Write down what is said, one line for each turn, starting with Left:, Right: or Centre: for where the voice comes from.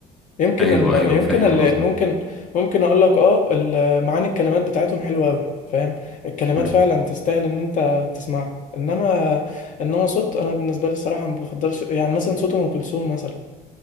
Left: يمكن
Centre: ايوه
Left: ال...
Centre: ايوه
Left: يمكن
Centre: فاهم
Left: ال...
Centre: قصدك
Left: ممكن ممكن اقول لك اه ال... معاني الكلمات بتاعتهم حلوه قوي فاهم الكلمات
Centre: مم.
Left: فعلا تستاهل ان انت تسمعها انما انما صوت انا بالنسبه لي الصراحه ما بفضلش يعني مثلا صوت ام كلثوم مثلا